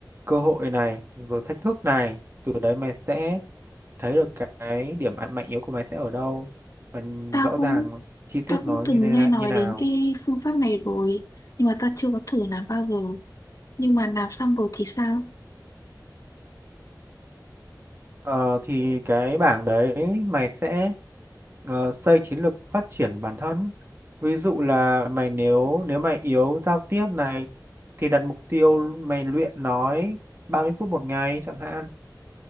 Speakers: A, on the right (about 35°); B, on the left (about 50°).
A: cơ hội này rồi thách thức này từ đấy mày sẽ thấy được cái điểm mạnh mạnh yếu của mày sẽ ở đâu và
B: Tao
A: rõ
B: cũng
A: ràng chi tiết
B: tao
A: nó
B: cũng
A: như
B: từng
A: thế
B: nghe
A: nào
B: nói
A: như nào
B: đến cái phương pháp này rồi nhưng mà tao chưa có thử làm bao giờ nhưng mà làm xong rồi thì sao
A: Ờ, thì cái bảng đấy mày sẽ ờ, xây chiến lược phát triển bản thân. Ví dụ là mày nếu nếu mày yếu giao tiếp này thì đặt mục tiêu mày luyện nói 30 phút một ngày chẳng hạn.